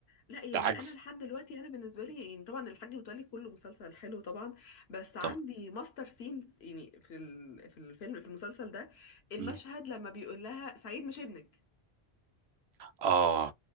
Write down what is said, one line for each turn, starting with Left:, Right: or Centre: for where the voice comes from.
Left: لا يعني
Right: ده عجز
Left: انا لحد دلوقتي انا بالنسبه لي يعني طبعا الحاج متولي كله مسلسل حلو طبعا بس عندي
Right: طب
Left: ماستر سين يعني في ال- في الفيلم في المسلسل ده المشهد
Right: مم.
Left: لما بيقول لها سعيد مش ابنك
Right: اه